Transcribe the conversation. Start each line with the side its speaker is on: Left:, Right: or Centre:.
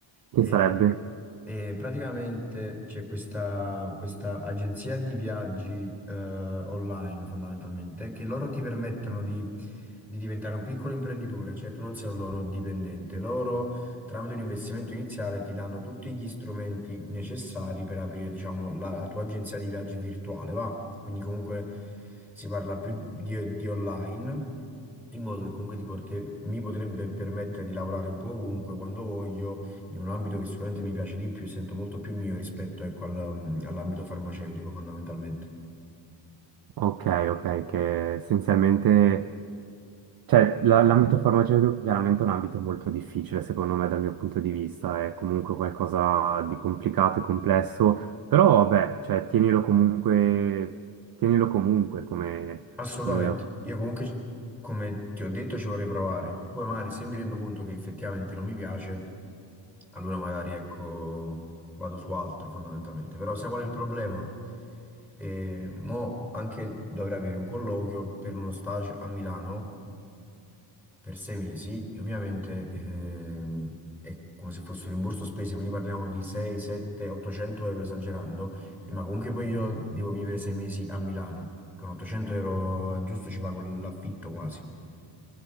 Right: che
Centre: E,
Right: sarebbe?
Centre: e praticamente c'è questa, questa agenzia di viaggi eh, online fondamentalmente che loro ti permettono di, di diventare un piccolo imprenditore, cioè tu non sei un loro dipendente, loro Tramite un investimento iniziale ti danno tutti gli strumenti necessari per aprire, diciamo, la, la tua agenzia di viaggi virtuale, va? Quindi comunque si parla più di, di online, in modo che comunque ti porte- mi potrebbe permettere di lavorare un po' ovunque, quando voglio, in un ambito che sicuramente mi piace di più e sento molto più mio rispetto, ecco, al- mm, all'ambito farmaceutico, fondamentalmente.
Right: Ok, ok, che essenzialmente, cioè la- l'ambito farmaceutico chiaramente è un ambito molto difficile secondo me dal mio punto di vista, è comunque qualcosa di complicato e complesso, però vabbè, cioè tienilo comunque, tienilo comunque come,
Centre: Assolutamente.
Right: come...
Centre: Io comunque, come ti ho detto, ci vorrei provare. Poi magari se mi rendo conto che effettivamente non mi piace, Allora magari ecco, vado su altro fondamentalmente, però sai qual è il problema? Eh, mo anche dovrei avere un colloquio per uno stage a Milano per sei mesi e ovviamente ehm, è come se fosse un rimborso spese, quindi parliamo di 6, 7, 800 euro esagerando, eh, ma comunque poi io devo vivere sei mesi a Milano, con 800 euro giusto ci pago l'affitto quasi.